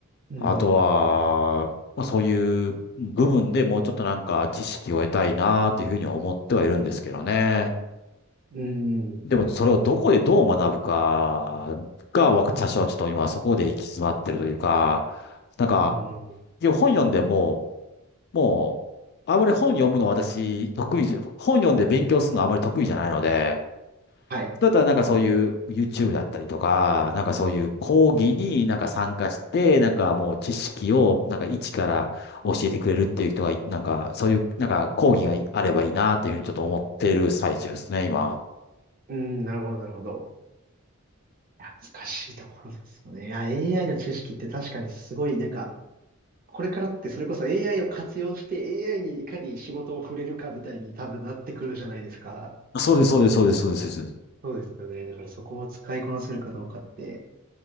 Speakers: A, on the right; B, on the left.
A: うんうんうん。
B: あとは、まあ、そういう部分でもうちょっとなんか知識を得たいなっていうふうには思ってはいるんですけどね。
A: うん、
B: でもそれをどこでどう学ぶかが、私はちょっと今そこで行き詰まってるというか、なんか、
A: うん、
B: で本読んでも、もう、あまり本読むの私、得意じゃ、本読んで勉強するのあまり得意じゃないので、
A: はい。
B: だったらなんかそういう YouTube だったりとか、なんかそういう講義になんか参加して、なんかもう知識をなんか一から教えてくれるっていう人がい、なんかそういうなんか講義があればいいなっていうふうにちょっと思ってる最中ですね、今。
A: うん、なるほど、なるほど。いや、難しいところですよね。いや、AI の知識って確かにすごい、なんか、これからってそれこそ AI を活用して AI にいかに仕事を触れるかみたいに多分なってくるじゃないですか。
B: そうです、そうです、そうです、そうです。
A: そうですよね。だからそこを使いこなせるかどうかって、